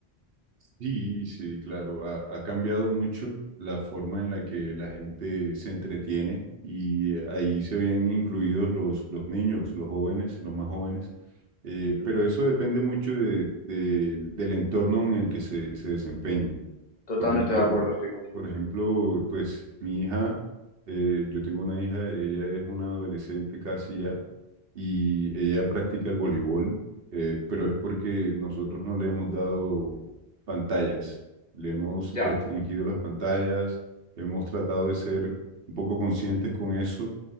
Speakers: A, on the right; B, on the left.
A: Sí, sí, claro, ha, ha cambiado mucho la forma en la que la gente se entretiene y ahí se ven incluidos los, los niños, los jóvenes, los más jóvenes. Eh,
B: Mm,
A: pero eso depende mucho de- de- del entorno en el que se, se desempeñen.
B: Totalmente
A: Por ejemplo,
B: de acuerdo, estoy contigo,
A: por ejemplo,
B: sí.
A: pues mi hija, eh, yo tengo una hija, ella es una adolescente casi ya, y ella practica el voleibol, eh, pero es porque nosotros no le hemos dado pantallas, le hemos restringido
B: Ya.
A: las pantallas, hemos tratado de ser un poco conscientes con eso